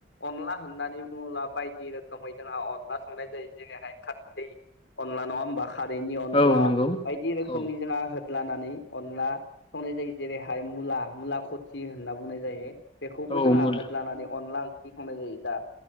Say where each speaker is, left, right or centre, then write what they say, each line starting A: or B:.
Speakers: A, on the left; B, on the left.
A: अनला होननानै मुला बायदि रोखोमै जोंहा अनला संनाय जायो जेरैहाय खारदै अनला नङा होमबा खारैनि अनला
B: औ नंगौ
A: बायदि रोखोमनि
B: औ
A: जों होदलानानै अनला सं नाय जायो जेरै हाय मुला मुला खटि होनना बुंनाय जायो बेखौबो
B: औ
A: जोंहा
B: मुल
A: होदलानानै अनला ओंखो ओंख्रि संनाय जायो दा